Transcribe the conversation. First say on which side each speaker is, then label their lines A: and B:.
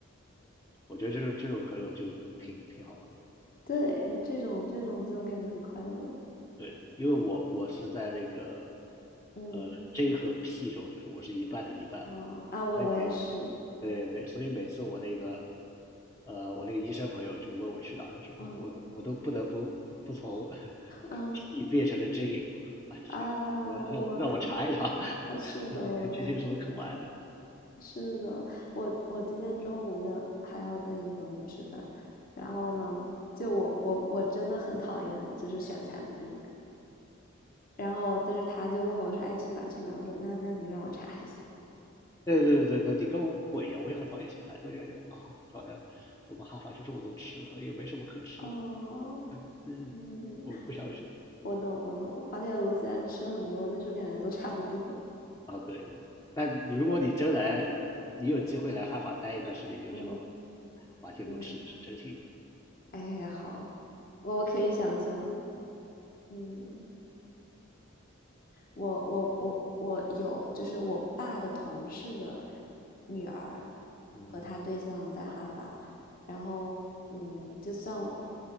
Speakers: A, on the left; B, on the left.
A: 我觉得就是这种朋友就挺挺好的。
B: 对，这种这种就感觉很快乐。
A: 对，因为我我是在那个
B: 嗯，
A: 呃 J 和 P 中，就是我是一半的一半嘛，
B: 啊啊，我我也是，
A: 所以每对每所以每次我那个呃我那个医生朋友就问我去哪的时候，
B: 嗯
A: 我都我都不得不不从 <laughs>
B: 嗯
A: P 变成了 J，我说啊行，
B: 啊，
A: 我让我让我查一查
B: 我懂，
A: <laughs>
B: <laughs> 是的，
A: 这些这些有什么可玩的。
B: 我懂。是的，我我今天中午就还要跟一个朋友去吃饭，然后呢，就我我我真的很讨厌就是选餐厅，然后但是他就问我说爱去哪儿去哪儿我说那那你让我查一下。
A: 对对对对，你跟我一样，我也很讨厌咸菜，我就感觉啊，好像我们哈法就这么多吃的，也没什么可吃的。
B: 哦，
A: 嗯，
B: 嗯，
A: 我不想学。
B: 我懂我懂，滑铁卢虽然吃的很多，但是我感觉都差不多。<laughs>
A: 啊，对对，但你如果你真来，你有机会来哈法待一段时间，你就知道，
B: 嗯
A: 哎滑铁卢吃的是真幸福。
B: 嗯，哎，好，我我可以想象，嗯。我我我我有，就是我爸的同事的女儿
A: 嗯，
B: 和他对象在哈法，然后嗯，就算我